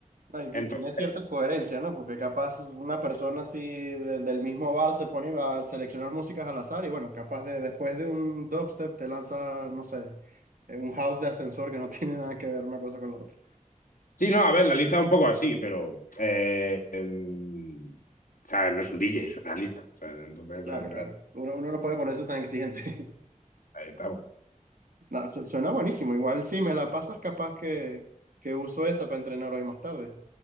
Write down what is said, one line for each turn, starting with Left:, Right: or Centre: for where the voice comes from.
Right: No, y, y
Left: Entonces,
Right: tiene cierta coherencia, ¿no? Porque capaz una persona así de- del mismo bar se pone a seleccionar músicas al azar y bueno, capaz de después de un dubstep te lanza, no sé, eh, un house de ascensor que no <laughs> tiene nada que ver una cosa con la otra.
Left: Sí, no, a ver, la lista es un poco así, pero. eh, el- o sea, no es un DJ, es una lista. O sea, entonces,
Right: Claro,
Left: eh,
Right: claro.
Left: eh,
Right: Uno, uno no puede ponerse tan exigente.
Left: ahí estamos.
Right: <laughs> Nada, su- suena buenísimo. Igual sí, me la pasas capaz que, que uso esa para entrenar hoy más tarde.